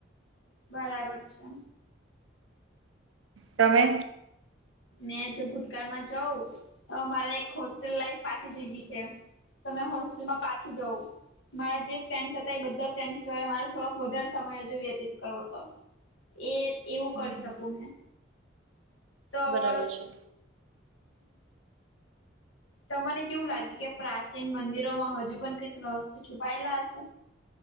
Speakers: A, on the left; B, on the right.
A: બરાબર છે
B: તમે?
A: મેં જો ભૂતકાળમાં જઉં તો મારે એક હોસ્ટેલ લાઈફ પાછી જીવી છે. તમે હોસ્ટેલમાં પાછી જઉ મારા જે ફ્રેન્ડસ હતા એ બધા ફ્રેન્ડસ દ્વારા મારે થોડોક વધારે સમય હજુ વ્યતીત કરવો હતો એ એવું
B: હમ,
A: કરી શકું મેં તો હું
B: બરાબર છે
A: તમને કેવું લાગે કે પ્રાચીન મંદિરો માં હજુ પણ કઈક રહસયો છુપાયેલા હશે